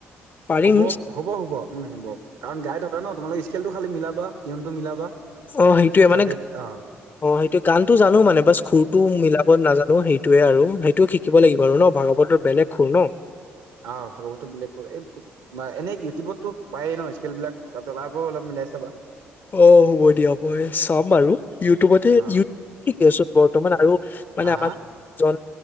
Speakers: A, on the left; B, on the right.
A: পাৰিম
B: হ'ব হ'ব হ'ব উম হ'ব। কাৰণ গাই থকা ন, তোমালোক স্কেলটো খালি মিলাবা টনটো মিলাবা। <unintelligible>
A: অ সেইটোয়ে
B: আফটাৰ
A: মানে
B: ডেট অ
A: অ সেইটোয়ে গানটো জানো মানে বাচ সুৰটো মিলাব নাজানো। সেইটোয়ে আৰু সেইটো শিকিব লাগিব আৰু ন, ভাগৱতৰ বেলেগ সুৰ ন
B: আহ ভাগৱত বেলেগ কৰে। এই এনে ইউটিউবত টো পায়ে ন স্কেলবিলাক, ত তাৰ পৰাও অলপ মিলাই চাবা। <unintelligible>
A: অ হ'ব দিয়া মই চাম আৰু। ইউটিউবতে
B: অ
A: ইবিকোন বৰ্তমান আৰু <unintelligible>
B: হা হা?
A: জন